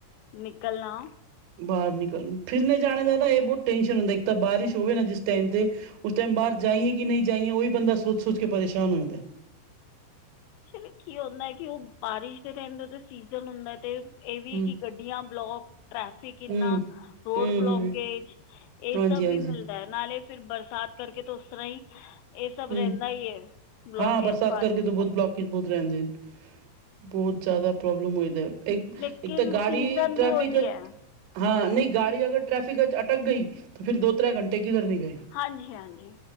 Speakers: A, on the left; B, on the right.
A: ਨਿਕਲਣਾ।
B: ਬਾਹਰ ਨਿਕਲ ਫਿਰਨੇ ਜਾਣੇ ਦਾ ਨਾ ਇਹ ਬਹੁਤ ਟੈਨਸ਼ਨ ਹੁੰਦਾ ਇੱਕ ਤਾਂ ਬਾਰਿਸ਼ ਹੋਵੇ ਨਾ ਜਿਸ ਟਾਈਮ ਤੇ। ਉਸ ਟਾਈਮ ਬਾਹਰ ਜਾਈਏ ਕਿ ਨਹੀਂ ਜਾਈਏ ਉਹੀ ਬੰਦਾ ਸੋਚ ਸੋਚ ਕੇ ਪਰੇਸ਼ਾਨ ਹੁੰਦਾ।
A: ਚਲੋ ਕੀ ਹੁੰਦਾ ਹੈ ਕਿ ਉਹ ਬਾਰਿਸ਼ ਦੇ ਟਾਈਮ ਦਾ ਤੇ ਸੀਜਨ ਹੁੰਦਾ ਤੇ। ਇਹ ਵੀ
B: ਹੂੰ
A: ਕਿ ਗੱਡੀਆਂ ਬਲੋਕ ਟ੍ਰੈਫਿਕ ਇੰਨਾ
B: ਹੂੰ
A: ਰੋਡ
B: ਹੂੰ
A: ਬਲੋਕੇਜ।
B: ਹੂੰ
A: ਇਹ
B: ਹਾਂਜੀ
A: ਸਭ
B: ਹਾਂਜੀ
A: ਵੀ ਮਿਲਦਾ ਹੈ ਨਾਲੇ ਫਿਰ ਬਰਸਾਤ ਕਰਕੇ ਤਾਂ ਉਸ ਤਰ੍ਹਾਂ ਹੀ। ਇਹ ਸਭ
B: ਹੂੰ
A: ਰਹਿੰਦਾ ਹੀ ਏ ਬਲੋਕੇਜ
B: ਹਾਂ ਬਰਸਾਤ
A: ਪਾਣੀ।
B: ਕਰਕੇ ਤਾਂ ਬਹੁਤ ਬਲੋਕੇਜ ਬਹੁਤ ਰਹਿੰਦੇ ਨੇ ਬਹੁਤ ਜ਼ਿਆਦਾ ਪ੍ਰੋਬਲਮ ਹੋਦਾ। ਇੱਕ
A: ਲੇਕਿਨ
B: ਇੱਕ ਤਾਂ ਗਾਡੀ
A: ਸੀਜ਼ਨ
B: ਟ੍ਰੈਫਿਕ।
A: ਵੀ ਉਹੀ ਹੈ
B: ਹਾਂ, ਨਹੀਂ ਗਾੜੀ ਅਗਰ ਟ੍ਰੈਫਿਕ ਵਿਚ ਅਟਕ ਗਈ ਤਾਂ ਫਿਰ ਦੋ ਤਰੈ ਘੰਟੇ ਕਿਧਰ ਨੀ ਗਏ।
A: ਹਾਂਜੀ -ਹਾਂਜੀ।